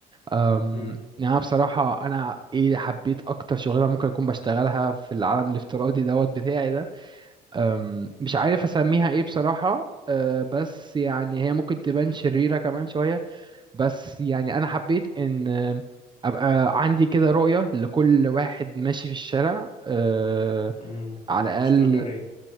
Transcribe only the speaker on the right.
أم
يعني أنا بصراحة أنا إيه حبيت أكتر شغلانة ممكن أكون بشتغلها في العالم الافتراضي دوت بتاعي ده أم مش عارف أسميها ايه بصراحة أه بس يعني هي ممكن تبان شريرة كمان شوية بس يعني انا حبيت ان ابقى عندي كده رؤية لكل واحد ماشي في الشارع آه،
على الاقل